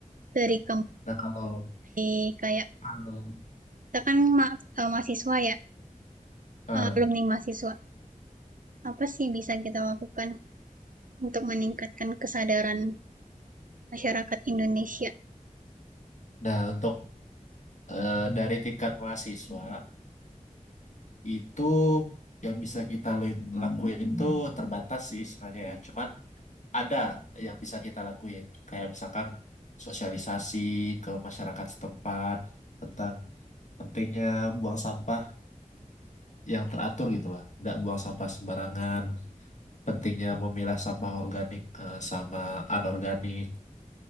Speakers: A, on the right; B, on the left.
A: dari kamu
B: nah kalau
A: di- kayak
B: kalau
A: kita kan ma- eh, mahasiswa ya,
B: eh,
A: eh, alumni mahasiswa. Apa sih bisa kita lakukan untuk meningkatkan kesadaran masyarakat Indonesia?
B: nah untuk eh, dari tingkat mahasiswa itu yang bisa kita lu- lakuin tuh terbatas sih sebenarnya ya. Cuman ada yang bisa kita lakuin. Kayak misalkan sosialisasi ke masyarakat setempat tentang pentingnya buang sampah yang teratur gitu lah. Nggak buang sampah sembarangan. Pentingnya memilah sampah organik eh, sama anorganik.